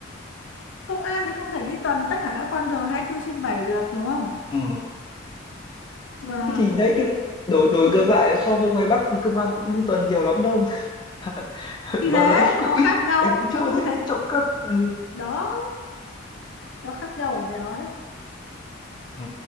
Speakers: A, on the left; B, on the left.
A: công an thì không thể đi tuần tất cả các con đường 24 trên 7 được đúng không
B: ừ.
A: mà
B: thế thì đấy chứ đổi đổi
A: ờ,
B: ngược lại so với ngoài Bắc thì công an cũng đi tuần nhiều lắm đâu mà <laughs>
A: thì
B: mà
A: thế
B: nó ít cũng
A: nó
B: ít
A: khác nhau
B: em cũng chưa
A: ô
B: thấy
A: thế
B: trộm cắp ừ,
A: đó nó khác nhau ở cái đó đấy
B: Ờ,